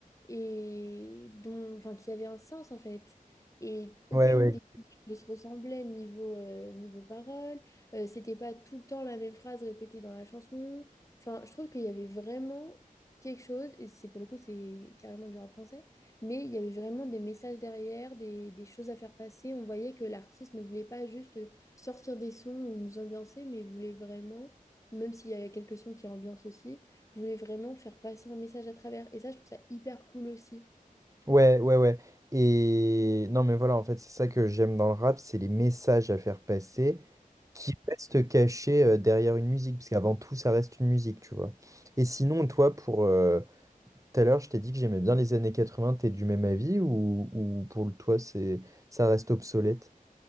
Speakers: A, on the left; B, on the right.
A: et dont, enfin, qui avait un sens en fait. Et aucune
B: peu. Ouais, ouais,
A: des musiques ne se ressemblait niveau, euh, niveau parole. Euh, c'était pas tout le temps la même phrase répétée dans la chanson. Enfin, je trouve qu'il y avait vraiment quelque chose, et c'est pour le coup, c'est carrément du rap français, mais il y avait vraiment des messages derrière, des, des choses à faire passer. On voyait que l'artiste ne voulait pas juste sortir des sons ou nous ambiancer, mais voulait vraiment, même s'il y a quelques sons qui ambiancent aussi, voulait vraiment faire passer un message à travers. Et ça, je trouve ça hyper cool aussi.
B: ouais, ouais, ouais. Et non, mais voilà, en fait, c'est ça que j'aime dans le rap, c'est les messages à faire passer. qui reste caché euh, derrière une musique, parce qu'avant tout, ça reste une musique, tu vois. Et sinon, toi, pour euh, tout à l'heure, je t'ai dit que j'aimais bien les années 80, t'es du même avis ou, ou pour le toi, c'est ça reste obsolète?